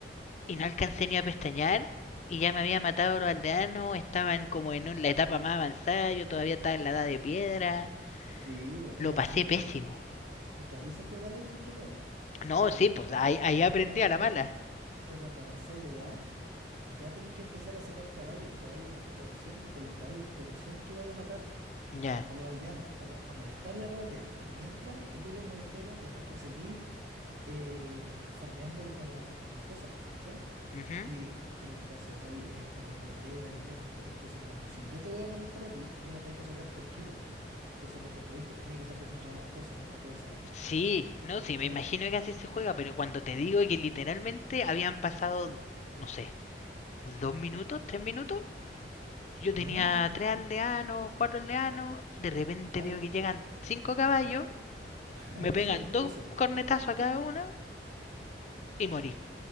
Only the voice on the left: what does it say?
y no alcancé ni a pestañear y ya me había matado a los aldeanos, estaban como en un- la etapa más avanzada, yo todavía estaba en la edad de piedra,
lo
pasé
pésimo.
No,
sí, pues ahí,
ahí aprendí
a la mala.
Ya.
ujú.
Sí, no, sí,
me imagino que así se juega, pero cuando te digo que literalmente habían pasado, no sé, dos minutos, tres minutos. Yo
tenía tres aldeanos, cuatro aldeanos. De repente
veo que llegan cinco caballos, me
pegan
dos
cornetazos a cada uno y morí.